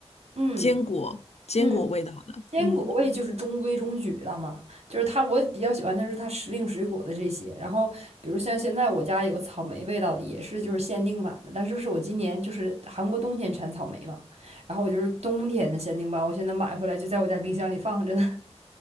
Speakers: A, on the right (about 75°); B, on the left (about 70°).
A: 嗯
B: 坚果，坚果味道的。
A: 嗯，坚果味就是中规中矩了嘛，
B: 嗯，
A: 就是它我比较喜欢的是它时令水果的这些，然后比如像现在我家有草莓味道的，也是就是限定版的，但是是我今年就是韩国冬天产草莓嘛，然后我就是冬天的限定版，我现在买回来就在我家冰箱里放着呢，